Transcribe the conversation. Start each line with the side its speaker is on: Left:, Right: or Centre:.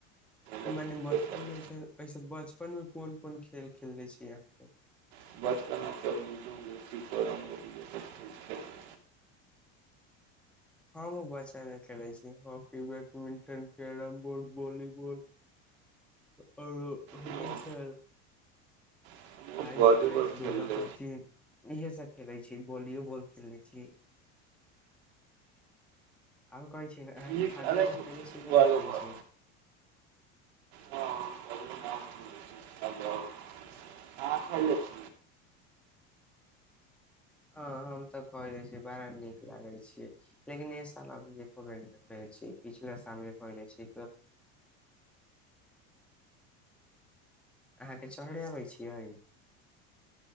Right: घुमबे
Centre: मने बचपन
Right: करै छै
Centre: मे ऐस बचपन मे कोन कोन खेल खेले छी अहाँके
Right: <unintelligible> खेलने
Centre: हम बच्चा न खेले छी हम hockey badminton carrom board volleyball <inaudible> औरो होके
Right: हँ
Centre: छल
Right: हमहुँ
Centre: आइस
Right: वॉलीबॉल
Centre: पइस दोला
Right: खेलले
Centre: पच्ची इएह सभ खेलैत छी वॉलियओ बॉल खेल लैत छी <inaudible> और कहै छी ने अहाँके
Right: नीक
Centre: खाजा
Right: लगै
Centre: उजा
Right: छै
Centre: खैले छीयै
Right: वॉलीबॉल
Centre: कि नहि खैले छी
Right: हँ <unintelligible>
Centre: ह हम तऽ कह ले छीयै बड़ा नीक लागे छिए लेकिन ए सालबे <unintelligible> पछिला साल छी <unintelligible> अहाँ के चढ़े अबै छियै